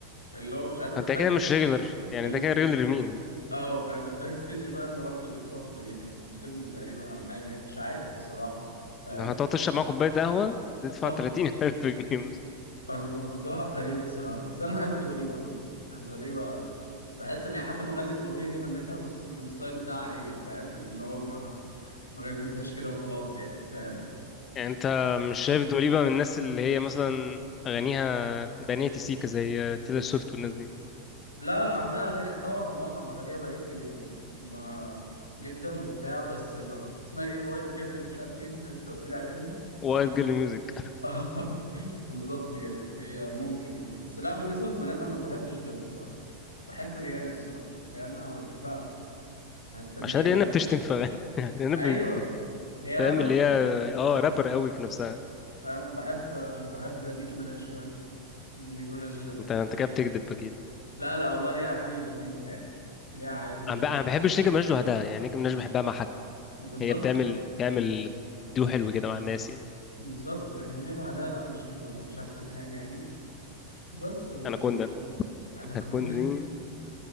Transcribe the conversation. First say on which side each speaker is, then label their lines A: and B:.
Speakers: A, on the left (about 80°); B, on the left (about 25°).
A: اللي هو مش عارف الباك
B: انت كده مش ريجولر يعني
A: ال...
B: انت كده ريجولر مين
A: اه فاهم الباك ستيج بقى اللي هو أنت بتروح ب- يعني بتمضي تقريبا على حاجة مش عارف الصراحة يعني فاهم
B: لو هتقعد تشرب معاه كوبايه قهوه تدفع
A: <laughs> اه
B: 30000 جنيه مثلا
A: فالموضوع غريب الصراحة بس أنا بحب دواليبة عموما يعني دواليبة بحس ان هي حتى ما غنت الاغنيه دي غنتها بس- بالستايل بتاعها هي فاهم اللي هو ما ما غنتهاش كده وخلاص يعني فاهم
B: يعني انت مش شايف دوليبة من الناس اللي هي مثلا اغانيها بنية سيكا زي تيلر سويفت والناس دي
A: لا لا عندها اغاني طبعا معظم اغانيها بناتي ب- جدا وبتاع بس ال- اسمها ايه الوايت جيرل اللي مش عارف ايه اللي انت قلت لي عليها دي
B: وايت جيرل ميوزك
A: <laughs> آه، بالظبط كده هي ممكن يعني بس لا بالنسبه للبنات انا ما بحبش غير بحب ريانا الصراحه ريانا بحبها حاسس ان
B: عشان
A: هي
B: ريانا بتشتم في اغاني <laughs> ريانا
A: ايوه
B: بت- بت-
A: هي رابر
B: فاهم اللي هي اه
A: يعني
B: رابر قوي في نفسها
A: فاهم بحب بحب نيكي مناش كمان نيكي مناش
B: انت انت كده بتكذب اكيد
A: لا لا والله ليها اغاني لذيذه يعني ليها حاجات لذيذه
B: انا ب- انا ما بحبش نيجي مناش لوحدها يعني نيجي مناش بحبها مع حد
A: وبالظبط
B: هي بتعمل بتعمل دو حلو كده مع الناس يعني
A: بالظبط لكن هي لوحدها لا مش مش احسن حاجه يعني بس و...
B: انا كوندا
A: انا كنت
B: انا كوندا دي